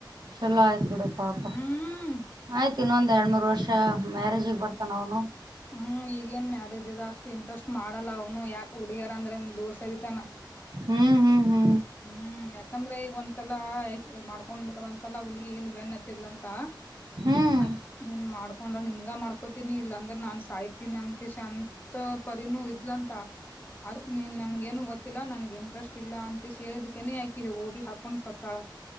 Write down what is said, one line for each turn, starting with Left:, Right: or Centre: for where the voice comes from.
Right: ಚಲೋ ಆಯ್ತು ಬಿಡು ಪಾಪ
Left: ಹ್ಮ್
Right: ಆಯ್ತು ಇನ್ನೊಂದು ಒಂದುಎರಡು ಮೂರು ವರ್ಷ ಮ್ಯಾರೇಜಗೆ ಬರ್ತಾನ ಅವನು
Left: ಹ್ಮ್ ಈಗೇನ್ ಮ್ಯಾರೇಜ್ ಆದ ಅಷ್ಟ್ ಇಂಟ್ರೆಸ್ಟ್ ಮಾಡಲ್ಲ ಅವ್ನು ಯಾಕ ಹುಡುಗ್ಯಾರ ಅಂದ್ರೆ ದೂರ್ ಸರಿತಾನ
Right: ಹ್ಮ ಹಾ ಹಾ
Left: ಹ್ಮ್ ಯಾಕಂದ್ರ ಈಗ ಒಂದ್ಸಲ ಮಾಡ್ಕೊಂಡ್ ಬಿಟ್ಟ ಒಂದ್ಸಲ ಹುಡ್ಗಿ ಇಂದ ಬೆನ್ ಹತ್ತಲಂತ
Right: ಹ್ಮ್ ಹ್ಮ್
Left: ಆ ನೀನ್ ಮಾಡ್ಕೊಂಡ ನಿನ್ಗ ಮಾಡ್ಕೊತನಿ ಇಲ್ಲ ಅಂದ್ರ ನಾನ್ ಸಾಯ್ತೀನಿ ಅಂದಕ ಶ ಅಂತ ಪರಿನೂ ಇದ್ಲಂತ ಅ ನೀ ನನ್ಗ ಏನು ಗೊತ್ತಿಲ್ಲ ನನ್ಗೆ ಇಂಟ್ರೆಸ್ಟ್ ಇಲ್ಲ ಅ ಹೇಳದಕನೆ ಹಾಕಿ ಊರ್ಲ್ ಹಾಕೊಂಡ್ ಸತ್ತಾಳ